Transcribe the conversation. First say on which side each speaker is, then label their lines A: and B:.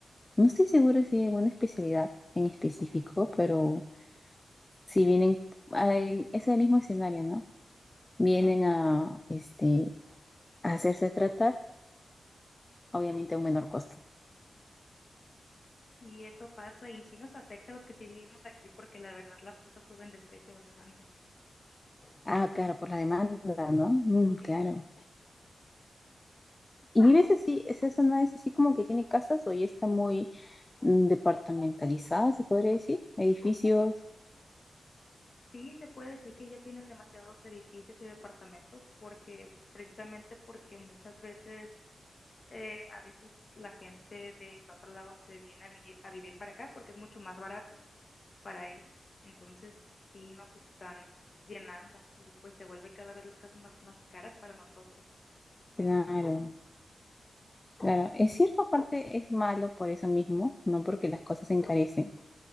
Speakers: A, on the left (about 20°); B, on the left (about 35°).
A: No estoy segura si hay alguna especialidad en específico, pero si vienen a- en ese mismo escenario, ¿no? Vienen a, este, a hacerse tratar, obviamente a un menor costo.
B: Y eso pasa y sí nos afecta a los que sí vivimos aquí porque la verdad las cosas suben de precio bastante.
A: Ah, claro, por la demanda, ¿no? Mm, claro.
B: Sí, sí
A: ¿Y vives así? ¿Esa zona es así como que tiene casas o ya está muy mm, departamentalizada, se podría decir? Edificios,
B: sí se puede decir que ya tienen demasiados edificios y departamentos porque precisamente porque muchas veces eh, a veces la gente del otro lado se viene a, vi- a vivir para acá porque es mucho más barato para ellos. Entonces sí nos están llenando y pues se vuelve cada vez las casas más, más caras para nosotros.
A: claro. Claro, en cierta parte es malo por eso mismo, ¿no? Porque las cosas se encarecen